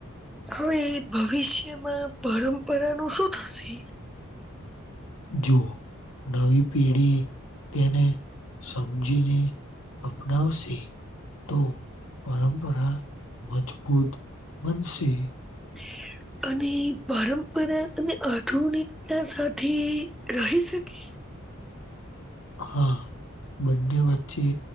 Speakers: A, in the centre; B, on the left (about 80°).
A: હવે ભવિષ્યમાં પરંપરાનું શું થશે
B: જુઓ નવી પેઢી તેને સમજીને અપનાવશે તો પરંપરા મજબૂત બનશે
A: <inaudible> અને પરંપરા અને આધુનિકતા સાથે રહી શકે
B: હા બંને વચ્ચે